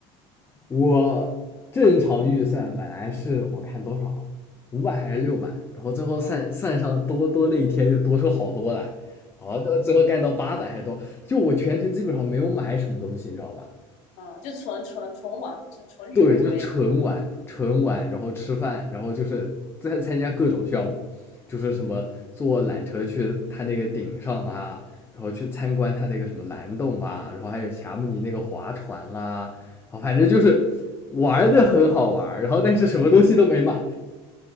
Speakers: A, on the left; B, on the left.
A: 我正常预算本来是我看多少，五百还是六百，然后最后算算上多多那一天就多出好多来，
B: 嗯
A: 好，最后干到八百还多，就我全程基本上没有买什么东西，你知道吧？
B: 嗯，就纯纯纯玩，就纯旅游呗。
A: 对，就纯玩，纯玩，然后吃饭，然后就是在参加各种项目，就是什么坐缆车去他那个顶上啊，然后去参观他那个什么蓝洞啊，然后还有霞慕尼那个划船啊，啊，反正就是玩的很好玩儿然后但是什么东西都没买，
B: 嗯，